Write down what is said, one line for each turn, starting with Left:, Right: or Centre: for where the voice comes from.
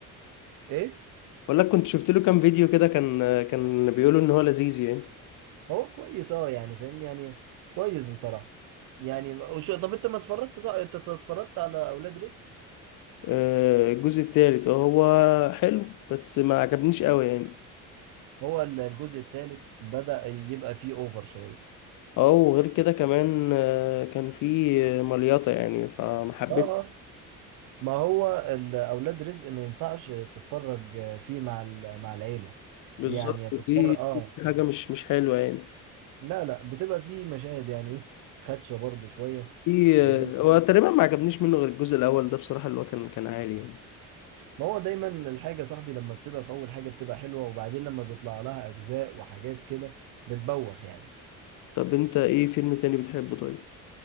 Right: ايه
Left: بقول لك كنت شفت له كام فيديو كده كان آه، كان بيقولوا ان هو لذيذ يعني
Right: هو كويس اه يعني فاهمني يعني كويس بصراحة يعني وشو طب انت ما اتفرجت صح انت اتفرجت على اولاد رزق
Left: آه، الجزء التالت آه، هو حلو بس ما عجبنيش قوي يعني
Right: هو ال- الجزء الثالث بدأ يبقى فيه اوفر شوية
Left: اه وغير كده كمان آه، كان في آه، مليطة يعني فما حبيتش
Right: اه اه ما هو ال- اولاد رزق ما ينفعش تتفرج فيه مع ال- مع العيلة
Left: بالظبط
Right: يعني هتتفرج
Left: ودي
Right: اه
Left: دي حاجة مش مش حلوة يعني
Right: لا لا بتبقى فيه مشاهد يعني ايه خدشة برضو شوية
Left: في
Right: فاهمني
Left: آه، هو تقريبا ما عجبنيش منه غير الجزء الأول ده بصراحة اللي هو كان كان عالي يعني
Right: ما هو دايما الحاجة يا صاحبي لما بتبقى في اول حاجة بتبقى حلوة وبعدين لما بيطلع لها اجزاء وحاجات كده بتبوخ يعني
Left: طب انت ايه فيلم تاني بتحبه طيب؟